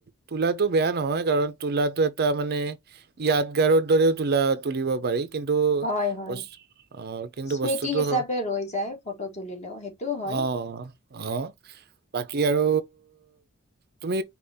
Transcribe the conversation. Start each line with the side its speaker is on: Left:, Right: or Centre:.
Right: তোলাটো বেয়া নহয় কাৰণ তোলাটো এটা মানে য়াদ‌ গাৰৰ দৰেও তোলা তুলিব পাৰি। কিন্তু
Left: হয় হয়।
Right: অ', কিন্তু
Left: স্মৃতি
Right: বস্তুটো
Left: হিচাপে
Right: হয়,
Left: ৰৈ যায় ফটো তুলিলেও সেইটোও হয়।
Right: অ', অ' বাক আৰু তুমি